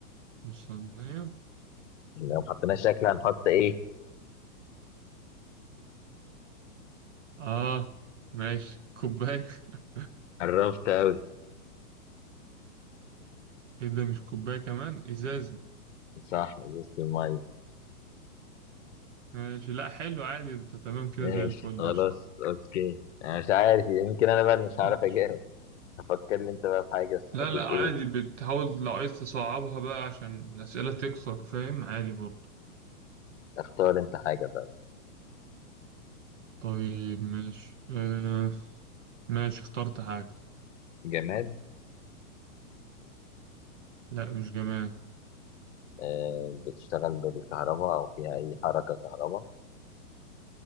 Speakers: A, on the right; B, on the left.
A: مش صينية
B: لو ما حطيناش اكل هنحط ايه
A: آه ماشي كوباية <laughs>
B: قربت قوي
A: إيه ده مش كوباية كمان إزازة
B: صح ازازه الميه
A: ماشي لأ حلو عادي أنت تمام كده
B: ماشي
A: زي الفل
B: خلاص
A: قشطة
B: اوكي انا مش عارف يمكن انا بقى اللي مش عارف
A: ماشي
B: اجاوب هفكر لي انت بقى في حاجه بس
A: لا
B: خليك
A: لا
B: ايه
A: عادي بتحاول لو عايز تصعبها بقى عشان الأسئلة تكثر فاهم عادي برضه
B: اختار انت حاجه طيب
A: طيب ماشي اه ماشي اخترت حاجة
B: جماد
A: لا مش جماد
B: آه بتشتغل بالكهرباء او فيها اي حركه كهرباء